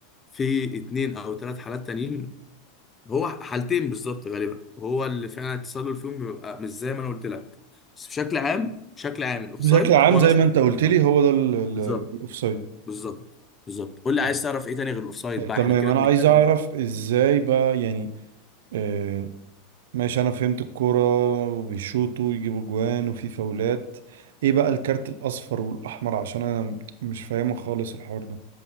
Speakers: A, on the left (about 20°); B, on the right (about 80°).
A: في اتنين او ثلاث حالات تانيين هو حالتين بالظبط غالبا وهو اللي فعلا التسلل فيهم بيبقى مش زي ما انا قلت لك بس بشكل عام بشكل عام الاوفسايد
B: بشكل عام
A: هو
B: زي
A: لا شرط
B: ما انت قلت
A: له في اللعبة.
B: لي هو ده الاوف
A: بالظبط
B: سايد
A: بالظبط بالظبط قول لي
B: طب
A: عايز تعرف ايه تاني غير الاوفسايد
B: طب
A: بقى
B: تمام
A: احنا كده
B: انا
A: بنتكلم
B: عايز اعرف ازاي بقى يعني آه ماشي انا فهمت الكوره وبيشوطوا ويجيبوا جوان وفي فاولات ايه بقى الكارت الاصفر والاحمر عشان انا مش فاهمه خالص الحوار